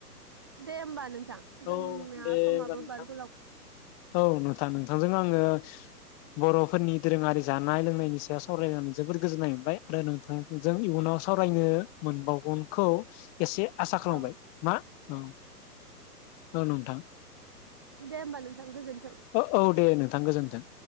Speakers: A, on the right (about 15°); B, on the left (about 20°).
A: दे होमबा नोंथां जोंनिया
B: औ दे
A: समाबो
B: होमबा नोंथां
A: बारग
B: औ नोंथां नोंथांजों आङो ओ बरफोरनि दोरोङारि जानाय लोंनायनि सायाव सावरायनानै जोबोर गोजोननाय मोनबाय आरो नोंथांजों इयुनाव सावरायनो मोनबावगोनखौ एसे आसा खालामबाय
A: औ
B: मा औ औ नोंथां
A: दे होमबा नोंथां गोजोन
B: ओ औ दे नोंथां गोजोन थों